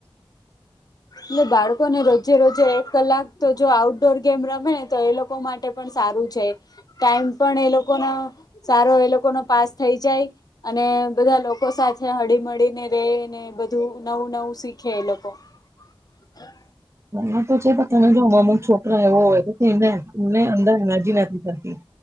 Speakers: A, on the left; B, on the right.
A: એલે બાળકોને રોજે રોજે એક કલાક તો જો આઉટડોર ગેમ રમે ને તો એ લોકો માટે પણ સારું છે ટાઈમ પણ એ લોકોનો સારો એ લોકો ન પાસ થઈ જાય. અને બધા લોકો સાથે હળી મળીને રે ને બધું નવું નવું શીખે એ લોકો અચા. <inaudible>
B: રમે તો છે પણ તમે જો અમુક છોકરો એવો હોય તો થઈ ને એમને અંદર એનાર્જી નથી.